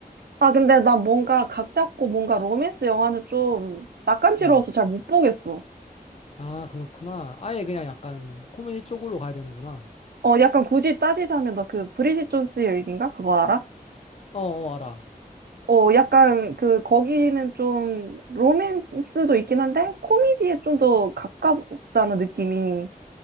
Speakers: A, on the right; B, on the left.
A: 아, 근데 나 뭔가 각 잡고 뭔가 로맨스 영화는 좀 낯간지러워서
B: 음.
A: 잘 못 보겠어.
B: 아, 그렇구나. 아예 그냥 약간 코미디 쪽으로 가야 되는구나.
A: 어, 약간 굳이 따지자면 너 그 브리짓 존스의 일기인가? 그거 알아?
B: 어, 어, 알아.
A: 어, 약간 그 거기는 좀 로맨스도 있긴 한데 코미디에 좀 더 가깝잖아, 느낌이.